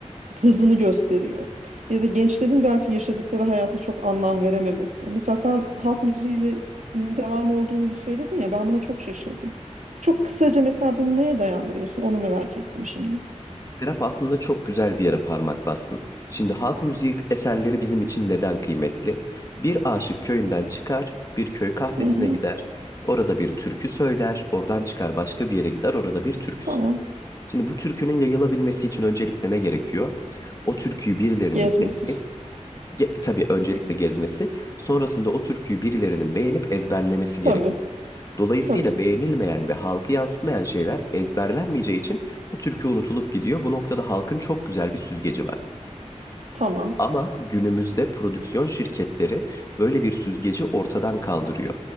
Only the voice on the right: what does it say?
hızını gösteriyor. Ya da gençlerin belki yaşadıkları hayata çok anlam verememesi. Mesela sen halk müziğinin devamı olduğunu söyledin ya ben buna çok şaşırdım. Çok kısaca mesela bunu neye dayandırıyorsun onu merak ettim şimdi.
Hı hı,
tamam.
Gezmesi.
Tabii.
Tabii.
Tamam.